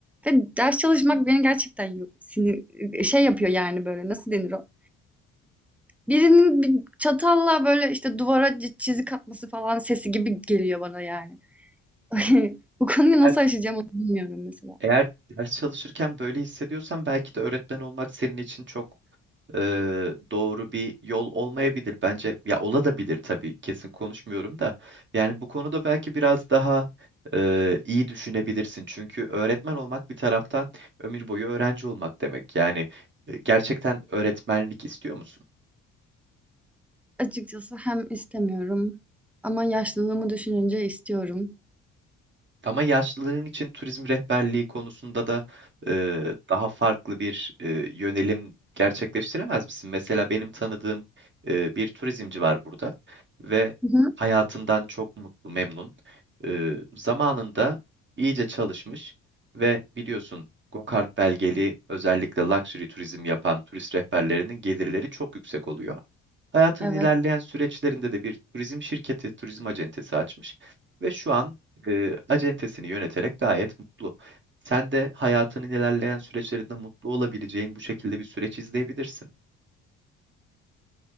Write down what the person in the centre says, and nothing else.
Ve ders çalışmak beni gerçekten yo- sinir şey yapıyor yani böyle nasıl denir o? Birinin bir çatalla böyle işte duvara çi- çizik atması falan sesi gibi geliyor bana yani. <laughs> Bu konuyu nasıl
aşacağım onu bilmiyorum mesela.
Açıkçası hem istemiyorum ama yaşlılığımı düşününce istiyorum.
Hı hı.
Evet,